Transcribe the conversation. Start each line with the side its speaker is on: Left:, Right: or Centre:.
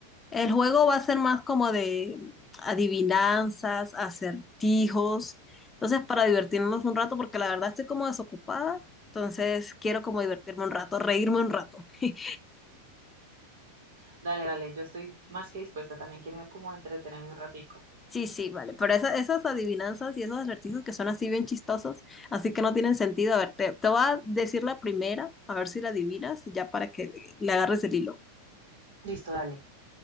Left: El juego va a ser más como de adivinanzas, acertijos. Entonces, para divertirnos un rato, porque la verdad estoy como desocupada. Entonces, quiero como divertirme un rato, reírme un rato. <laughs>
Right: Dale, dale, yo estoy más que dispuesta. También quiero como entretenerme un ratico.
Left: Sí, sí, vale. Pero esa- esas adivinanzas y esos acertijos que son así bien chistosos, así que no tienen sentido. A ver, te, te voy a decir la primera, a ver si la adivinas, ya para que le, le agarres el hilo.
Right: Listo, dale.